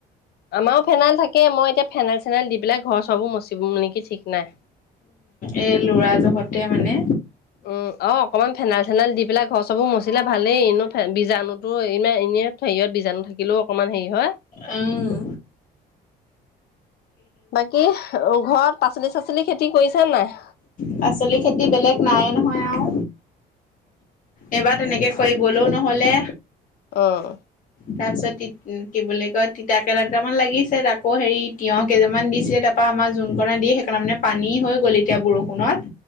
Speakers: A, on the left; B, on the left.
A: আমাও ফেনাইল থাক্‌ তাকেই। মই এতিয়া ফেনাইল- চেনাইল দি পেলাই ঘৰ- চৰবো মুচিম নিকি ঠিক নাই।
B: এ ল'ৰা জহতে মানে
A: উম অ অকমান ফেনাইল- চেনাইল দি পেলাই ঘৰ -চৰবো মুচিলে ভালেই এনো বীজাণুটো ইমা-এনে হেৰিয়ত, বীজাণু থাকিলেও অকণমান হেৰি হ'য়।
B: অঁও
A: বাকি, ঘৰত পাচলি -চাচলি খেতি কৰিছা নাই?
B: পাচলি খেতি বেলেগ নাই, নহয় আও। এইবাৰ তেনেকে কৰিবলও নহলে।
A: অঁ
B: তাৰপিছত তি কি বুলি কয় তিতাকেৰেলা দুটামান লাগিছে আকৌ হেৰি তিয়হ কেইযোপামান দিছিলে তাপা। আমাৰ যোনকণত দিয়ে সেইকাৰণে মানে পানী হৈ গ'ল এতিয়া বৰষুণত।